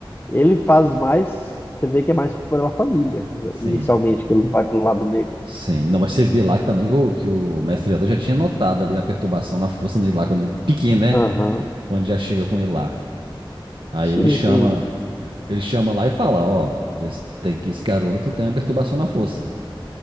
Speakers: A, on the left; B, on the right.
A: ele faz mais, você vê que é mais pela família,
B: Sim,
A: inicialmente, que ele vai pelo lado negro.
B: sim. Não, mas você vê lá que também que o, que o mestre Yoda já tinha notado ali a perturbação na força dele lá, quando ele, pequeno, né?
A: Aham.
B: Quando já chega com ele lá. Aí
A: Sim,
B: ele chama.
A: sim.
B: Ele chama lá e fala: Ó, vê se tem que esse garoto tem a perturbação na força.